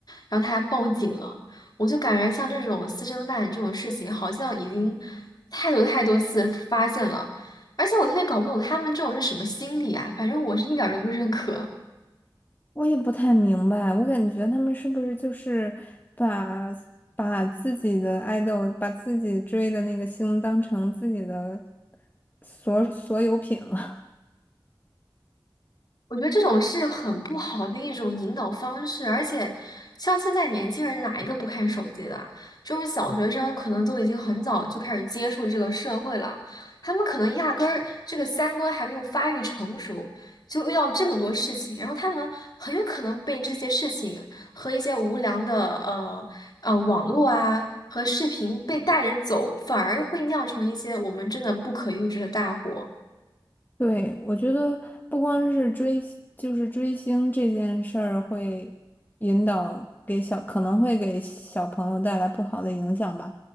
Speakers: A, on the left; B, on the left.
A: 然后他还报警了。我就感觉像这种私生饭这种事情，好像已经太多太多次发现了，而且我特别搞不懂他们这种是什么心理啊，反正我是一点儿都不认可。
B: 我也不太明白，我感觉他们是不是就是把把自己的爱豆，把自己追的那个星当成自己的所所有品了？
A: 我觉得这种是很不好的一种引导方式，而且像现在年轻人哪一个不看手机的啊？这种小学生可能都已经很早就开始接触这个社会了，他们可能压根儿这个三观还没有发育成熟，就遇到这么多事情，然后他们很有可能被这些事情和一些无良的呃呃网络啊和视频被带着走，反而会酿成一些我们真的不可预知的大祸。
B: <laughs> 对，我觉得不光是追，就是追星这件事儿会引导给小，可能会给小朋友带来不好的影响吧。